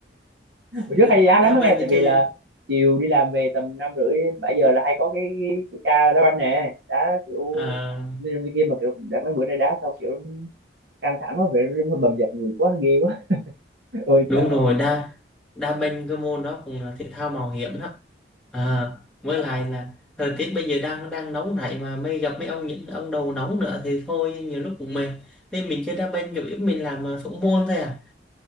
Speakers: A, on the right; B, in the centre.
A: hồi
B: đa,
A: trước hay đi đá
B: đa
A: lắm đó
B: bên
A: nghe
B: thì
A: tại
B: chơi
A: vì là chiều đi làm về tầm năm rưỡi bảy giờ là hay có cái cái, cái ca đá banh nè đá kiểu
B: à,
A: đi đi kia mà kiểu đã mấy bữa nay đá sau kiểu căng thẳng quá vậy nó bầm dập người quá ghê quá <laughs> ôi
B: đúng
A: sợ
B: rồi đa đa bên cái môn đó cũng là thể thao mạo hiểm đó à, với lại là thời tiết bây giờ đang đang nóng này mà mới gặp mấy ông những ông đầu nóng nữa thì thôi nhiều lúc cũng mệt nên mình chơi đa bên chủ yếu mình làm à, thủ môn thôi à